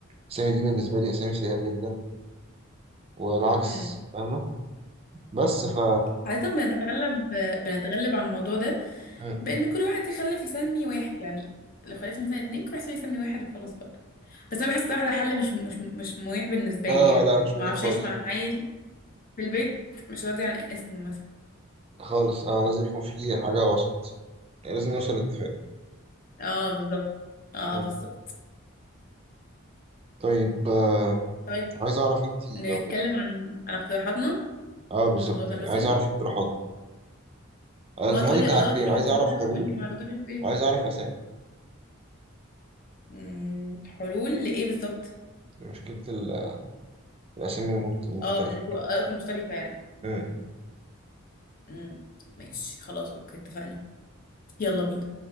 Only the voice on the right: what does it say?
الأسامي دي بالنسبة لي أسامي سيئة جدا والعكس
فاهمة؟ بس ف
مم.
اه
لا مش
مريح
خالص
خالص اه لازم يكون في حاجة وسط يعني لازم نوصل لاتفاق
مم.
طيب آه
عايز اعرف انت
لو كنت
اه بالظبط
يعني
عايز اعرف اقتراحاتك آه،
اقتراحاتي
كان
حاجتين
عايز
اعرف حلول
وعايز اعرف اسامي
يعني مشكلة ال- الاسامي المت- المختلفة
كده
مم.